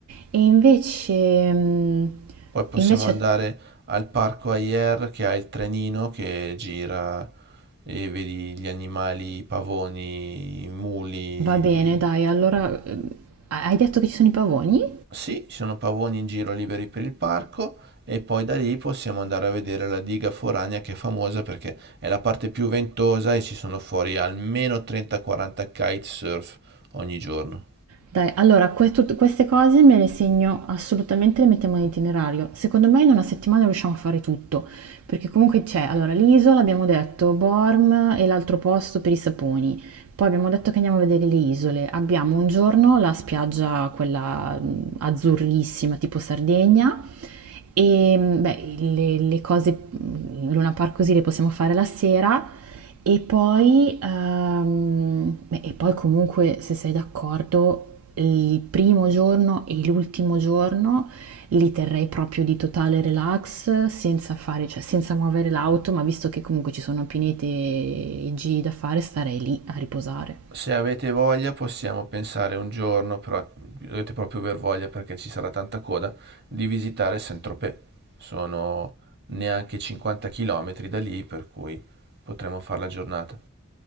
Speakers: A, on the right; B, on the right.
A: E invece, mh,
B: Poi possiamo
A: invece
B: andare al parco Ayer che ha il trenino che gira e vedi gli animali, i pavoni, i muli.
A: va bene, dai, allora, eh, hai detto che ci sono i pavoni?
B: Sì, ci sono pavoni in giro liberi per il parco e poi da lì possiamo andare a vedere la diga foranea che è famosa perché è la parte più ventosa e ci sono fuori almeno 30-40 kitesurf ogni giorno.
A: Dai, allora, que- tut- queste cose me le segno assolutamente, le mettiamo in itinerario. Secondo me in una settimana riusciamo a fare tutto, perché comunque c'è, allora, l'isola, abbiamo detto, Borm e l'altro posto per i saponi. Poi abbiamo detto che andiamo a vedere le isole. Abbiamo un giorno la spiaggia, quella mh, azzurrissima, tipo Sardegna. E mh, beh, le, le cose, mh, Luna Park così le possiamo fare la sera. E poi, ehm, beh, e poi comunque, se sei d'accordo, il primo giorno e l'ultimo giorno li terrei proprio di totale relax, senza fare, cioè senza muovere l'auto, ma visto che comunque ci sono pinete e giri da fare, starei lì a riposare.
B: Se avete voglia possiamo pensare un giorno, però dovete proprio aver voglia perché ci sarà tanta coda, di visitare Saint-Tropez. Sono neanche 50 km da lì, per cui potremo fare la giornata.